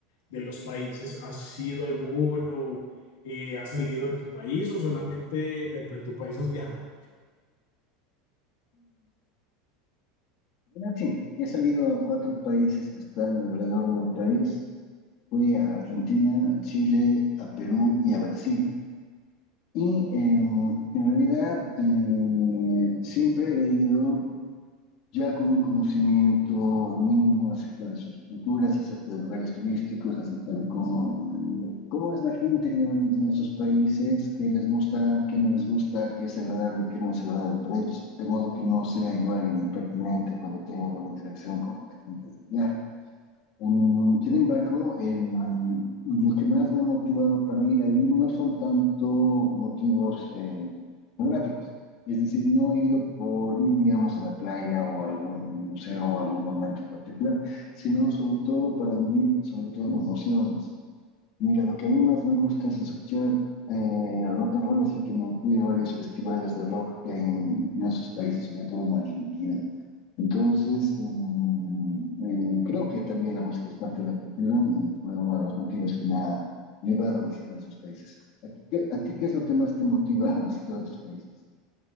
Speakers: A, on the left; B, on the left.
A: de los países? ¿Has ido a alguno? Eh, ¿has salido de tu país o solamente dentro de tu país has viajado?
B: sí, he salido a cuatro países que están alrededor de mi país Fui a Argentina, a Chile, a Perú y a Brasil. Y em, en realidad eh, siempre he ido ya con un conocimiento mínimo acerca de sus culturas, acerca de lugares turísticos, acerca de cómo, cómo es la gente generalmente en esos países, qué les gusta, qué no les gusta, qué es agradable y qué no es agradable para ellos. De modo que no sea yo alguien impertinente cuando tengo alguna interacción con la gente del lugar. Em, sin embargo, em, los que más me han motivado para ir ahí no son tanto motivos eh, geográficos. Es decir, no he ido por ir, digamos, a la playa o a algún museo o a algún momento particular, sino sobre todo para vivir, sobre todo emociones. Mira, lo que a mí más me gusta es escuchar eh, rock and roll, así que me fui a varios festivales de rock que hay en, en esos países, sobre todo en Argentina. Entonces, em, eh, creo que también la música es parte de la cultura y fue uno de los motivos que me ha llevado a visitar esos países. ¿A ti, qué a ti qué es lo que más te motiva a visitar otros países?